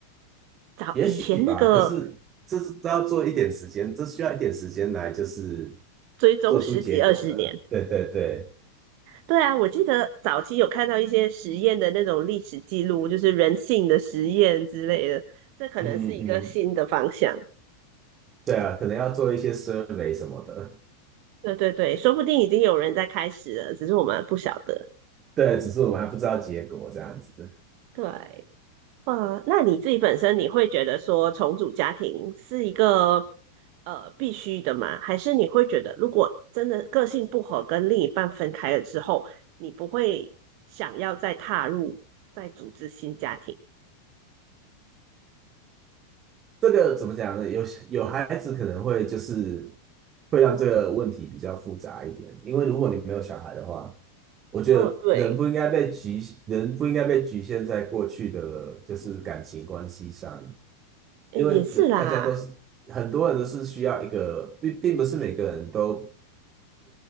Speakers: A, on the right (about 45°); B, on the right (about 25°).
A: 早以前那个
B: 也许吧，可是这是都要做一点时间，这需要一点时间来，就是
A: 追踪十几二十年，
B: 做出结果的。对对对，
A: 对啊，我记得早期有看到一些实验的那种历史记录，就是人性的实验之类的，这可能是一个新的方向。
B: 嗯嗯嗯，对啊，可能要做一些 survey 什么的。
A: 对对对，说不定已经有人在开始了，只是我们不晓得。
B: 对，只是我们还不知道结果这样子。
A: 对。哇，那你自己本身你会觉得说重组家庭是一个呃必须的吗？还是你会觉得如果真的个性不合跟另一半分开了之后，你不会想要再踏入再组织新家庭？
B: 这个怎么讲呢？有有孩子可能会就是会让这个问题比较复杂一点，因为如果你没有小孩的话，我觉得人不应该被局，
A: 哦，对，
B: 人不应该被局限在过去的就是感情关系上，
A: 诶也是啦，
B: 因为人大家都是很多人都是需要一个，并并不是每个人都